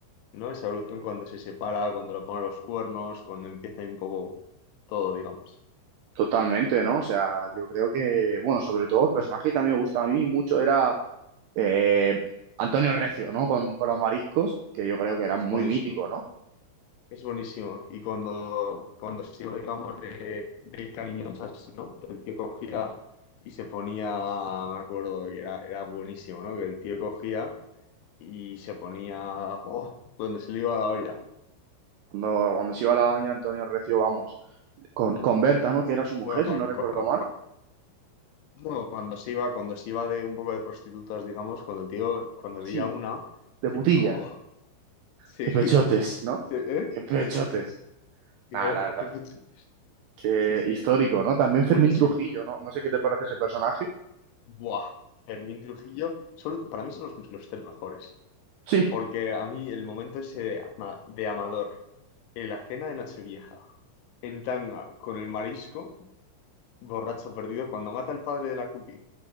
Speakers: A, on the left (about 75°); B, on the right (about 85°).
A: ¿no? Esa evolución cuando se separa, cuando le ponen los cuernos, cuando empieza ahí un poco todo, digamos.
B: Totalmente, ¿no? O sea, yo creo que, bueno, sobre todo el personaje que también me gusta a mí mucho era eh, Antonio Recio, ¿no? Con, con los mariscos, que yo creo que era muy
A: Es buenísimo,
B: mítico, ¿no?
A: es buenísimo. Y cuando, cuando se iba, digamos, de, de cariñosas, ¿no? El tío cogía y se ponía, me acuerdo, y era, era buenísimo, ¿no? Que el tío cogía y se ponía oh, cuando se le iba la olla.
B: Cuando, cuando se iba la doña Antonio Recio, vamos, con, con Berta, ¿no? Que era su mujer,
A: Bueno, cuando,
B: si no recuerdo
A: cuando-
B: mal.
A: no, cuando se iba, cuando se iba de un poco de prostitutas, digamos, cuando el tío, cuando veía
B: Sí,
A: una,
B: de
A: se
B: putilla.
A: ponía, oh, <laughs> sí,
B: Qué
A: sí,
B: pechotes, ¿no?
A: ¿eh?
B: Qué pechotes.
A: Sí. Y
B: Nada,
A: oh,
B: la verdad.
A: qué pecho.
B: Qué
A: Sí, sí,
B: histórico,
A: sí.
B: ¿no? También
A: Buenísimo.
B: Fermín Trujillo, ¿no? No sé qué te parece ese personaje.
A: Buah. Fermín Trujillo, son, para mí son los, los tres mejores.
B: Sí.
A: Porque a mí el momento ese de, ama- de Amador, en la cena de Nochevieja, en tanga, con el marisco, borracho perdido, cuando mata al padre de la cookie.